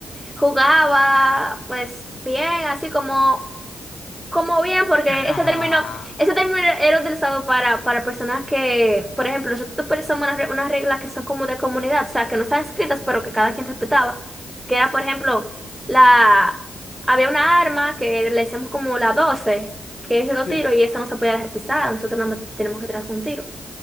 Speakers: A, in the centre; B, on the left (about 55°).
A: jugaba, pues, bien, así como Como bien, porque
B: <laughs>
A: ese
B: Ah,
A: término, ese término era utilizado para, para personas que, por ejemplo, nosotros utilizamos unas, re- unas reglas que son como de comunidad, o sea, que no están escritas, pero que cada quien respetaba. Que era, por ejemplo, la había una arma que le decíamos como la doce que es de dos
B: sí,
A: tiros, y esa no se podía dejar pisada, nosotros nada más tenemos que tirar con un tiro.